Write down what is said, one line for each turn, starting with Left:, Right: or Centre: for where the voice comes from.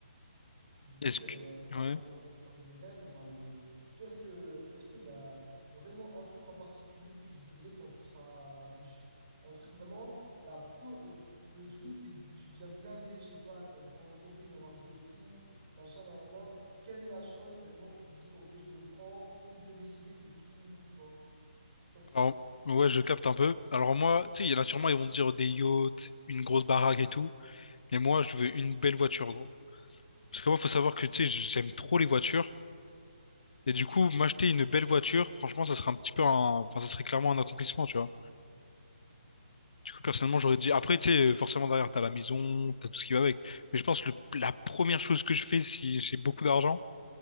Right: du coup,
Left: Est-ce que...
Right: euh, on parlait
Left: Ouais.
Right: des, on parlait des rêves, on parlait des... Toi, est-ce que, est-ce qu'il y a vraiment un truc en particulier que tu voudrais quand tu seras riche? Un truc vraiment, la pro, euh, le truc, t'es- tu deviens blindé, je sais pas, ton ton entreprise, elle marche de fou, machin, nan, nan, nan. Quelle est la chose vraiment, tu te dis, ok, je me le prends pour me féliciter de tout, toi? Je sais pas si tu
Left: Alors,
Right: captes.
Left: ouais, je capte un peu. Alors, moi, tu sais, il y en a sûrement, ils vont dire des yachts, une grosse baraque et tout. Mais moi, je veux une belle voiture, gros. Parce que moi, faut savoir que, tu sais, j'aime trop les voitures. Et du coup, m'acheter une belle voiture, franchement, ça serait un petit peu un... Enfin, ça serait clairement un accomplissement, tu vois. Du coup, personnellement,
Right: Ok.
Left: j'aurais dit... Après, tu sais, forcément, derrière, t'as la maison, t'as tout ce qui va avec. Mais je pense que le- la première chose que je fais, si j'ai beaucoup d'argent,